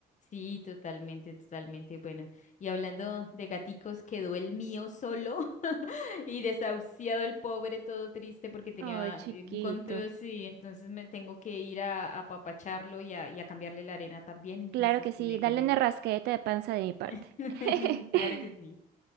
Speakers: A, on the left; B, on the right.
A: Sí, totalmente, totalmente. Bueno, y hablando de gaticos, quedó el mío solo <laughs> y desahuciado el pobre, todo triste porque tenía
B: Ay, chiquito.
A: encontró, sí, entonces me tengo que ir a, a apapacharlo y a, y a cambiarle la arena también, entonces
B: Claro que
A: te
B: sí,
A: dejo,
B: dale
A: Viri.
B: una rascadita de panza de mi parte.
A: <laughs>
B: <laughs>
A: Claro que sí.